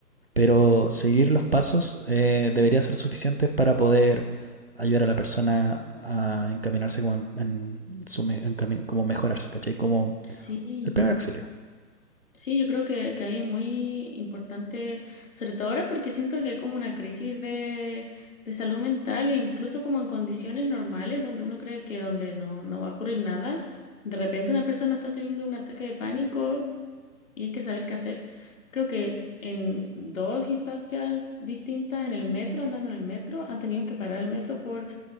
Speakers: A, on the right; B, on the left.
A: Pero seguir los pasos eh, debería ser suficiente para poder ayudar a la persona a encaminarse como, en, en su me- en cami- como mejorarse, ¿cachai? Como
B: Sí.
A: el primer auxilio.
B: Sí, yo creo que, que ahí es muy importante, sobre todo ahora porque siento que hay como una crisis de, de salud mental e incluso como en condiciones normales donde uno cree que donde no, no va a ocurrir nada, de repente una persona está teniendo un ataque de pánico y hay que saber qué hacer. Creo que en dos instancias distintas en el metro, andando en el metro, han tenido que parar el metro por